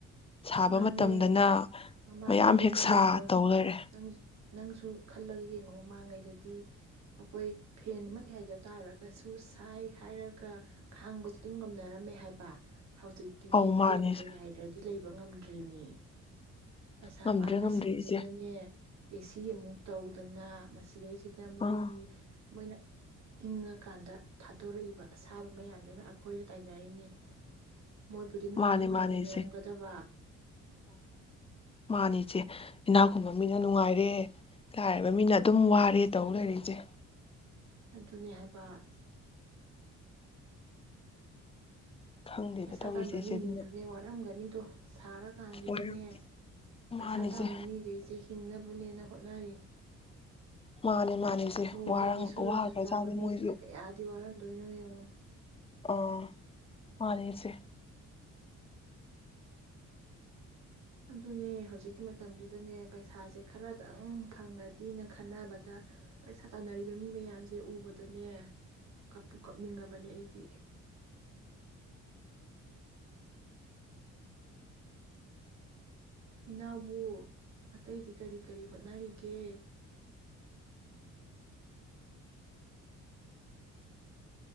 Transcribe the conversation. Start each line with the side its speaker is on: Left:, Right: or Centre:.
Left: ꯁꯥꯕ
Right: ꯃꯥꯅꯦ
Left: ꯃꯇꯝꯗꯅ
Right: ꯃꯃꯥꯡꯉꯩꯗꯗꯤ
Left: ꯃꯌꯥꯝ ꯍꯦꯛ ꯁꯥ
Right: ꯌꯦꯡꯉꯣ
Left: ꯇꯧ ꯂꯩꯔꯦ
Right: ꯅꯪ ꯅꯪꯁꯨ ꯈꯜꯂꯒ ꯌꯦꯡꯉꯣ ꯃꯃꯥꯡꯉꯩꯗꯗꯤ ꯑꯩꯈꯣꯏ ꯐꯦꯟꯃꯛ ꯌꯥꯏꯗ ꯇꯥꯔꯒ ꯁꯨ ꯁꯥꯏ ꯍꯥꯏꯔꯒ ꯈꯥꯡꯕꯁꯨ ꯑꯗꯨꯝ ꯉꯝꯅꯔꯝꯃꯦ ꯍꯥꯏꯕ ꯍꯧꯖꯤꯛꯇꯛꯤꯅꯦ
Left: ꯑꯧ
Right: ꯐꯦꯟ
Left: ꯃꯥꯅꯤ ꯏꯆꯦ
Right: ꯀꯩ ꯍꯥꯏꯗ꯭ꯔꯗꯤ ꯂꯩꯕ ꯄꯤꯕ ꯉꯝꯗ꯭ꯔꯤꯅꯤ ꯄꯩꯁꯥ
Left: ꯉꯝꯗ꯭ꯔꯦ
Right: ꯄꯥꯏꯕꯁꯤꯡꯁꯤꯅꯅꯦ
Left: ꯉꯝꯗ꯭ꯔꯦ ꯏꯆꯦ
Right: ꯑꯦꯁꯤ ꯑꯃꯨꯛ ꯇꯧꯗꯅ ꯃꯁꯤꯗꯩ ꯁꯤꯗ ꯃꯣꯏꯒꯤ
Left: ꯑꯥ
Right: ꯃꯣꯏꯅ ꯏꯪꯉꯀꯥꯟꯗ ꯊꯥꯠꯇꯣꯔꯛꯏꯕ ꯑꯁꯥꯕ ꯃꯌꯥꯝꯗꯨꯅ ꯑꯩꯈꯣꯏꯗ ꯇꯥꯏꯅꯔꯤꯅꯤ ꯃꯣꯏꯕꯨꯗꯤ ꯅꯨꯡꯉꯥꯏ
Left: ꯃꯥꯅꯤ
Right: ꯅꯨꯡꯉꯥꯏꯅ
Left: ꯃꯥꯅꯤ
Right: ꯂꯩꯖꯔꯝꯒꯗꯕ
Left: ꯏꯆꯦ ꯃꯥꯅꯤꯆꯦ ꯏꯅꯥꯛ ꯈꯨꯨꯟꯕ ꯃꯤꯅ ꯅꯨꯡꯉꯥꯏꯔꯦ ꯂꯥꯏꯔꯕ ꯃꯤꯅ ꯑꯗꯨꯝ ꯋꯥꯔꯦ ꯇꯧ ꯂꯩꯔꯛꯏꯁꯦ
Right: ꯑꯗꯨꯅꯤ ꯍꯥꯏꯕ
Left: ꯈꯪꯗꯦꯗ
Right: ꯄꯩꯁꯥ
Left: ꯇꯧꯔꯤꯁꯦ
Right: ꯇꯥꯟꯕ
Left: ꯏꯆꯦ
Right: ꯃꯤꯁꯤꯡꯁꯨꯅꯦ
Left: ꯑꯗꯨꯅ
Right: ꯋꯥꯔꯝꯒꯅꯤ ꯠꯇꯣ ꯁꯥꯔꯀꯥꯟꯁꯤꯗꯅꯦ
Left: ꯋꯥꯔꯝ
Right: ꯄꯩꯁꯥ
Left: ꯃꯥꯅꯤ
Right: ꯇꯥꯟꯕ
Left: ꯏꯆꯦ
Right: ꯃꯤꯈꯩꯁꯦ ꯍꯤꯡꯅꯕꯅꯦꯅ ꯍꯣꯠꯅꯔꯤ
Left: ꯃꯥꯅꯤ ꯃꯥꯅꯤ ꯏꯆꯦ
Right: ꯅꯣꯡꯃꯒꯤ
Left: ꯋꯥꯔ
Right: ꯁꯨꯔꯒ
Left: ꯋꯥꯈ꯭ꯔꯖꯥꯠꯅꯤ
Right: ꯆꯥꯕ ꯃꯤꯁꯤꯅ
Left: ꯃꯣꯏꯁꯨ
Right: ꯀꯌꯥꯗꯤ ꯋꯥꯔꯝ ꯑꯗꯨꯣꯏꯅ ꯌꯦꯣꯡꯉ <unintelligible>
Left: ꯑ ꯃꯥꯅꯤꯁꯦ
Right: ꯑꯗꯨꯅꯦ ꯍꯧꯖꯤꯛꯀꯤ ꯃꯇꯝꯁꯤꯗꯅꯦ ꯄꯩꯁꯥꯁꯦ ꯈꯔꯗꯪ ꯐꯪꯉꯗꯤꯅ ꯈꯟꯅꯕꯗ ꯄꯩꯁꯥ ꯇꯥꯟꯅꯔꯤꯕ ꯃꯤ ꯃꯌꯥꯝꯁꯦ ꯎꯕꯗꯅꯦ ꯀꯞꯄꯨ ꯀꯞꯅꯤꯡꯉꯕꯅꯦ ꯑꯩꯗꯤ ꯏꯅꯥꯎꯕꯨ ꯑꯇꯩꯗꯤ ꯀꯔꯤ ꯀꯔꯤ ꯍꯣꯠꯅꯔꯤꯒꯦ